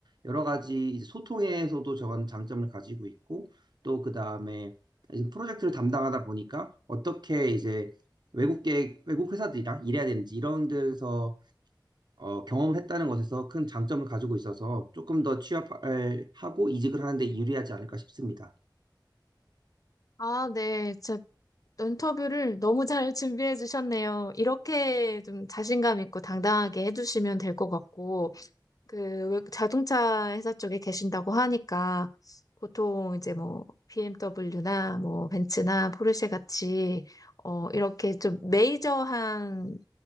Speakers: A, on the right; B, on the left.
A: 여러 가지 이제 소통에서도 저런 장점을 가지고 있고 또 그 다음에 이제 프로젝트를 담당하다 보니까 어떻게 이제 외국계 외국 회사들이랑 일해야 되는지 이런 데서 어, 경험을 했다는 것에서 큰 장점을 가지고 있어서 조금 더 취업을 하고 이직을 하는데 유리하지 않을까 싶습니다.
B: 아, 네. 제 인터뷰를 너무 잘 준비해 주셨네요. 이렇게 좀 자신감 있고 당당하게 해 주시면 될 것 같고. 그 외- 자동차 회사 쪽에 계신다고 하니까 보통 이제 뭐 BMW나 뭐 벤츠나 포르쉐 같이 어 이렇게 좀 메이저한